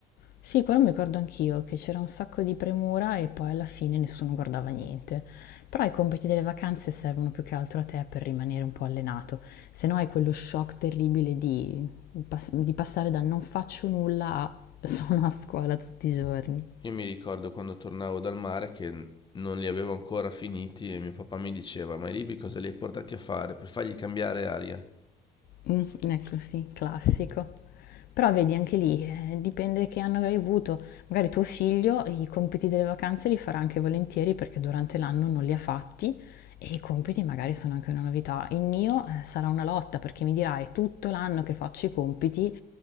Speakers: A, on the left (about 65°); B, on the left (about 25°).
A: Sì, quello mi ricordo anch'io, che c'era un sacco di premura e poi alla fine nessuno guardava niente. Però i compiti delle vacanze servono più che altro a te per rimanere un po' allenato, se no hai quello shock terribile di, pass- di passare da non faccio nulla a <laughs> sono a scuola tutti i giorni.
B: Io mi ricordo quando tornavo dal mare che non li avevo ancora finiti e mio papà mi diceva, ma i libri cosa li hai portati a fare? Per fargli cambiare aria?
A: Mh, ecco sì, classico. Però vedi anche lì, ehm, dipende che anno hai avuto. Magari tuo figlio i compiti delle vacanze li farà anche volentieri perché durante l'anno non li ha fatti e i compiti magari sono anche una novità. Il mio, ehm, sarà una lotta perché mi dirà: "È tutto l'anno che faccio i compiti,